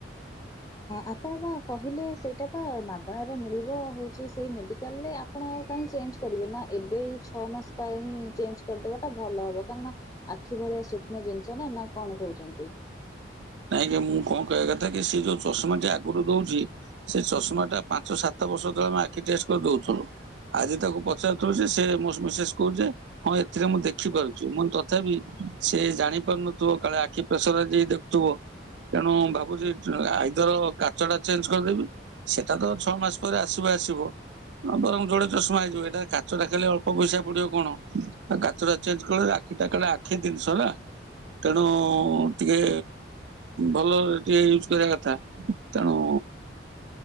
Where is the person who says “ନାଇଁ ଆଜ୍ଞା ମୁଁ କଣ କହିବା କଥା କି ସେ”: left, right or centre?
Right